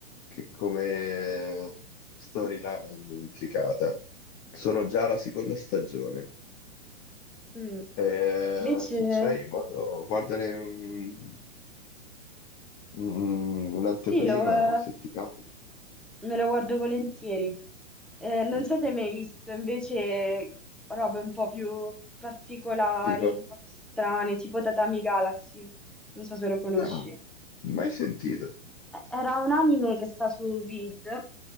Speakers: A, on the left; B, in the centre.
A: che come storyline intricata. Sono già alla seconda stagione.
B: Mm.
A: E
B: Invece,
A: se c'hai modo, guardane un- un- un'anteprima
B: sì, lo, eh,
A: o se ti capita.
B: me lo guardo volentieri. Eh, non
A: Mm,
B: so se
A: mm.
B: hai mai visto invece robe un po' più particolari,
A: Tipo,
B: un po' più strane, tipo Tatami Galaxy. Non so se lo conosci.
A: no, mai sentito.
B: Era un anime che sta su Vid,